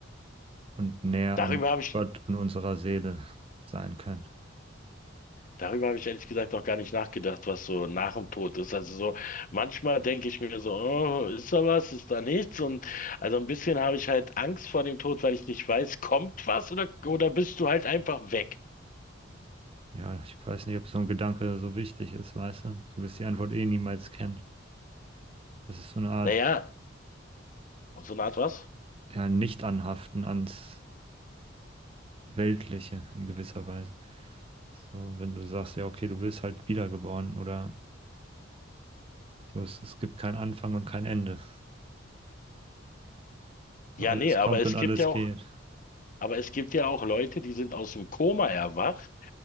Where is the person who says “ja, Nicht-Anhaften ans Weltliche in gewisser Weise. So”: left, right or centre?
Right